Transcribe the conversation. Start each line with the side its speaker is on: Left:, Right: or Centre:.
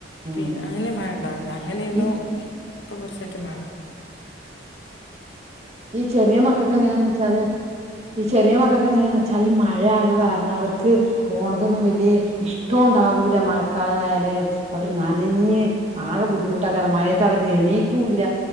Right: ഉം
Left: പി അങ്ങനെ മഴണ്ടാവുന്നെ അങ്ങനേരുന്നു
Right: ഈ
Left: ഇപ്പൊ കൊറച്ചായിട്ട് മഴ
Right: ഈ ചെറിയ മക്കക്ക്‌ എങ്ങനെന്ന് വെച്ചാല് ഈ ചെറിയ മക്കക്ക്‌ എങ്ങനെന്ന് വെച്ചാൽ ഈ മഴയാകെ കാര ണവർക്ക് പോണതൊന്നും വല്യേ ഇഷ്ടോണ്ടാകൂല മഴക്കാലായല് അവര് നനഞ്ഞ് ആകെ ബുദ്ധിമു ട്ടാക്കാരം മഴയത്തവര് എണീക്കൂല്ല